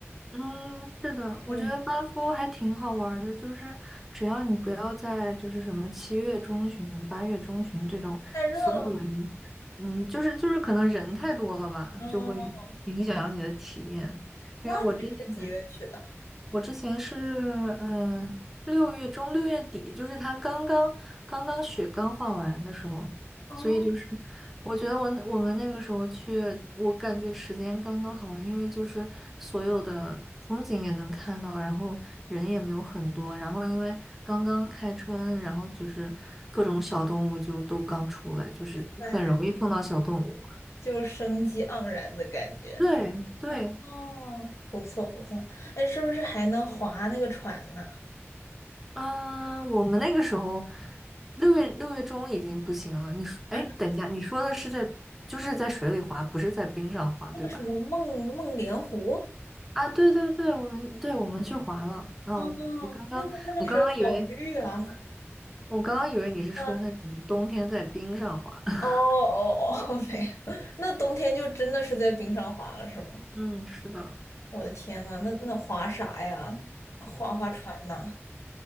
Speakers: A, in the centre; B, on the left.
A: 嗯，是的，我觉得班夫还挺好玩儿的，
B: 嗯。
A: 就是只要你不要在就是什么七月中旬、八月中旬这种所有人，
B: 太热了。
A: 嗯，就是就是可能人太多了吧，
B: 哦，
A: 就会影响你的体验。
B: 那你是几月去的？
A: 因为我之前我之前是嗯，六月中六月底，就是他刚刚刚刚雪刚化完的时候，
B: 哦，
A: 所以就是我觉得我我们那个时候去，我感觉时间刚刚好，因为就是所有的风景也能看到，然后人也没有很多，然后因为刚刚开春，然后就是各种小动物就都刚出来，就是很容易碰到小动物。
B: 对，就是生机盎然的感觉。
A: 对对，
B: 哦，不错不错。哎，是不是还能划那个船呢？
A: 嗯，我们那个时候六月六月中已经不行了。你说，哎，
B: 啊，
A: 等一下，你说的是在就是在水里滑，不是在冰上滑，
B: 那个什么梦梦莲湖？
A: 对吧？啊，对对对，我们对我们去滑了。哦，
B: 哦，
A: 我刚刚我刚刚以为
B: 那个那个水好绿啊。
A: 我刚刚以为你是说那种冬天在冰上滑。
B: 嗯，
A: <laughs>
B: 哦哦哦，<laughs> 没有。那冬天就真的是在冰上滑了，是吗？
A: 嗯，是的。
B: 我的天呐，那那划啥呀？划划船呐？